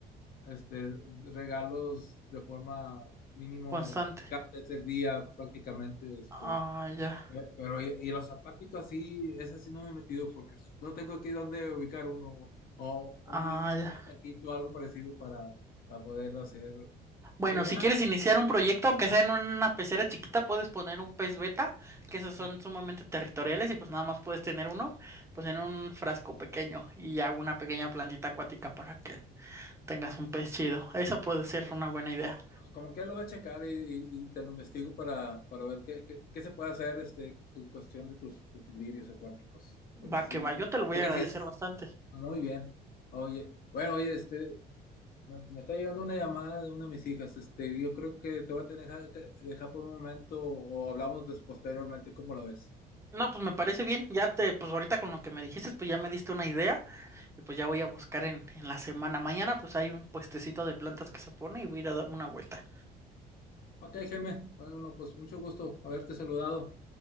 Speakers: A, on the left; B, on the right.
A: este, regalos de forma mínimo
B: constante.
A: cada vez el día prácticamente, este,
B: Ah, ya.
A: eh, pero y, y los zapáticos sí, ese sí no me he metido porque no tengo aquí dónde ubicar uno o
B: Ah,
A: un mínimo
B: ya.
A: un estanquito, algo parecido para, para poderlo hacer.
B: Bueno,
A: Pero igual,
B: si quieres iniciar un proyecto, aunque sea en una pecera chiquita, puedes poner un pez beta, que esos
A: ok,
B: son sumamente territoriales y pues nada más puedes tener uno, pues en un frasco pequeño y ya una pequeña plantita acuática para que tengas un pez chido. Esa puede ser
A: Es
B: una buena idea.
A: co- como que lo voy a checar y, y- y te lo investigo para, para ver qué, qué- qué se puede hacer este, en cuestión de tus, de tus lirios acuáticos. Porque
B: Va
A: sí,
B: que va, yo te lo voy
A: porque
B: a agradecer
A: sí, es-
B: bastante.
A: muy bien. Oye, bueno, oye, este, me, me está llegando una llamada de una de mis hijas. Este, yo creo que te voy a tener que dejar por un momento o hablamos des- posteriormente, ¿cómo lo ves?
B: No, pues me parece bien. Ya te, pues ahorita con lo que me dijiste, pues ya me diste una idea y pues ya voy a buscar en, en la semana. Mañana pues hay un puestecito de plantas que se pone y voy a ir a darme una vuelta.
A: Ok, Jaime. Bueno, pues mucho gusto haberte saludado.